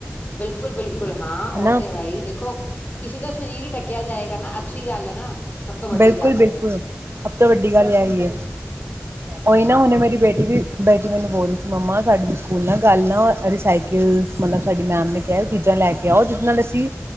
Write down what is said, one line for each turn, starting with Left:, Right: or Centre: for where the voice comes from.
Left: ਬਿਲਕੁਲ ਬਿਲਕੁਲ ਹਾਂ
Right: ਹਨਾ
Left: ਉਹ ਤੇ ਹੈ ਹੀ ਦੇਖੋ ਕਿਸੇ ਦਾ ਸਰੀਰ ਡਕਿਆ ਜਾਏਗਾ ਅੱਛੀ ਗੱਲ ਹੈ ਨਾ ਸਭ ਤੋਂ ਵੱਡੀ
Right: ਬਿਲਕੁਲ
Left: ਗੱਲ
Right: ਬਿਲਕੁਲ
Left: ਹੈ ਫਿਰ
Right: ਸਭ ਤੋਂ ਵੱਡੀ ਗੱਲ ਹੈ ਇਹੀ ਹੈ ਉਹੀ ਨਾ ਹੁਨੇ ਮੇਰੀ ਬੇਟੀ ਵੀ ਬੇਟੀ ਮੈਨੂੰ ਬੋ ਰਹੀ ਸੀ ਮੰਮਾ ਸਾਡੀ ਵੀ ਸਕੂਲ ਨਾ ਗੱਲ ਨਾ ਰਿਸਾਈਕਲ ਬੋਲ ਰਹੀ ਸੀ ਕਿ ਮੱਮਾ ਸਾਡੇ ਸਕੂਲ ਨਾ ਕੱਲ ਨਾਂ ਮਤਲਬ ਸਾਡੀ ਮੈਮ ਨੇ ਕਿਹਾ ਉਹ ਚੀਜ਼ਾਂ ਲੈ ਕੇ ਆਓ ਜਿਸ ਨਾਲ ਅਸੀਂ